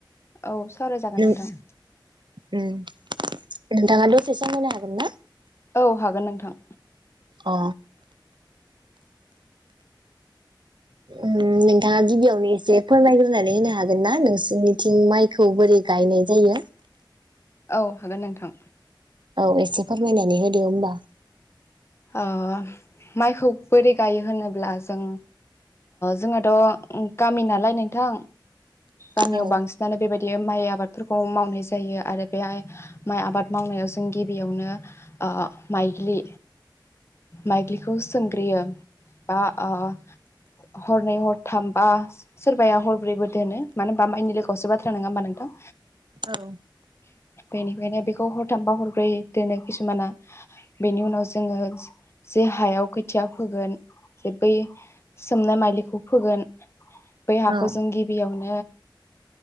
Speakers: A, on the left; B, on the right.
A: औ सावरायजागोन
B: नों
A: नोंथां
B: उम नोंथाङा दसे सम होनो हागोन ना
A: औ हागोन नोंथां
B: अ उम नोंथाङा गिबियावनो एसे फोरमायग्रो बुंनानै होनो हागोन ना नोंसोरनिथिं माइखौ बोरै गायनाय जायो
A: औ हागोन नोंथां
B: औ एसे फोरमायनानै होदो होमबा
A: ओ माइखौ बोरै गायो होनोब्ला जों जोंहथ गामि नालाय नोंथां गामियाव
B: औ
A: बांसिनानो बेबादि बे माइ आबादफोरखौ मावनाय जायो आरो बे आइ माइ आबाद मावनायाव जों गिबियावनो ओ माइलि माइग्लिखौ सोमग्रोयो बा ओ हरनै हरथाम बा सोरबाया हरब्रैबो दोनो मानो होनबा माइनि लोगोआवसो बाथ्रा नङा होमा नोंथां
B: औ
A: बेनिखायनो बेखौ हरथामबा हरब्रै दोनो खिसुमाना बेनि उनावसो जोङो जे हायाव खोथिया फोगोन जे बै सोमनाय मायलिखौ फोगोन बै हाखौ
B: औ
A: जों गिबियावनो ओ